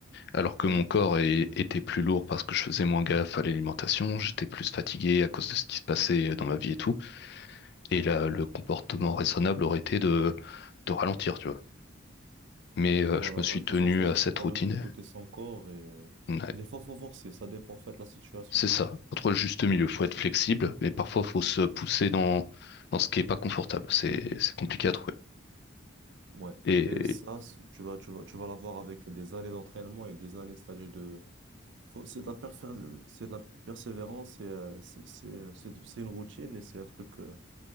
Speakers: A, on the left; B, on the right.
A: Alors que
B: Oui.
A: mon corps est- était plus lourd parce que je faisais moins gaffe à l'alimentation, j'étais plus fatigué à cause de ce qui se passait euh, dans ma vie et tout. Et là, le comportement raisonnable aurait été de, de ralentir, tu vois. Mais euh,
B: Voilà,
A: je me suis
B: bah,
A: tenu
B: des fois, faut,
A: à
B: faut
A: cette
B: quand
A: routine.
B: même écouter son corps et, euh,
A: Ouais,
B: et des fois, faut forcer. Ça dépend en fait de la situation.
A: c'est ça. Faut trouver le juste milieu. Faut être flexible, mais parfois faut se pousser dans, dans ce qui est pas confortable. C'est, c'est compliqué à trouver.
B: Ouais.
A: Et
B: Et ça, c'est- tu vas, tu vas, tu vas l'avoir avec des années d'entraînement et des années, c'est-à-dire de Faut- C'est de la perfer- c'est de la persévérance et euh, c'est c'est, euh, c'est du- c'est une routine et c'est un truc euh,